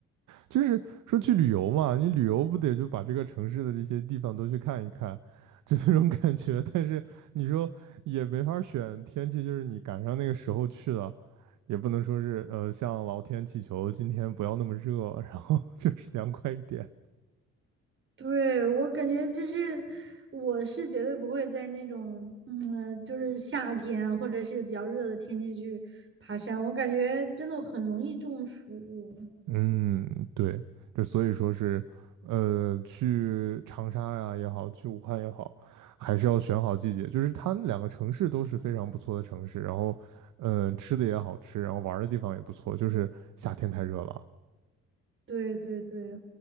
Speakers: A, on the right; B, on the right.
A: 就是说去旅游嘛，你旅游不得就把这个城市的这些地方都去看一看，就那种感觉。但是你说也没法选天气，就是你赶上那个时候去了，也不能说是呃向老天祈求今天不要那么热，然后 <laughs> 就是凉快一点。
B: 对，我感觉就是，我是绝对不会在那种，嗯，就是夏天或者是比较热的天气去爬山，我感觉真的很容易中暑。
A: 嗯，对，就所以说是，呃，去长沙呀也好，去武汉也好，还是要选好季节。就是它那两个城市都是非常不错的城市，然后，呃，吃的也好吃，然后玩儿的地方也不错。就是夏天太热了。
B: 对对对，